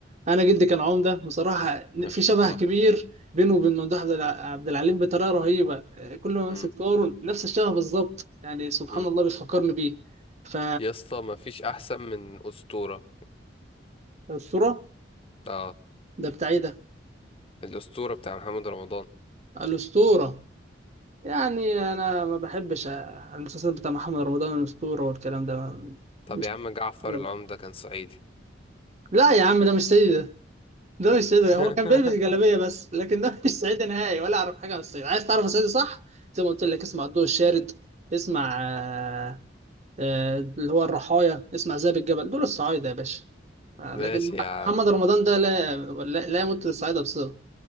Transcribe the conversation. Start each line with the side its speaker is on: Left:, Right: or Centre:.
Right: أنا جدي كان عمدة بصراحة
Left: ما
Right: في
Left: شاء
Right: شبه
Left: الله
Right: كبير بينه وبين ممدوح عبد الع- عبد العليم بطريقة رهيبة آه، كل ما
Left: مم.
Right: أمسك دوره نفس الشبه بالظبط يعني سبحان
Left: مم.
Right: الله بيفكرني بيه ف
Left: يا اسطى ما فيش أحسن من أسطورة
Right: الصورة
Left: اه
Right: ده بتاع ايه ده
Left: الأسطورة بتاع محمد رمضان
Right: الأسطورة يعني أنا ما بحبش آه، المسلسل بتاع محمد رمضان الأسطورة والكلام ده ما-
Left: طب
Right: مش
Left: يا عم جعفر
Right: <laughs>
Left: العمدة كان صعيدي
Right: لا يا عم ده مش سيد ده ده مش سيد
Left: <laughs>
Right: ده هو كان بيلبس جلابية بس لكن ده مش صعيدي نهائي ولا أعرف حاجة عن الصعيد عايز تعرف الصعيدي صح زي ما قلت لك اسمع الضوء الشارد اسمع آه، آه، اللي هو الرحايا اسمع ذئب الجبل دول الصعايدة يا باشا آه،
Left: ماشي
Right: لكن
Left: يا
Right: مح-
Left: عم
Right: محمد رمضان ده لا لا, لا يمت للصعايدة بصلة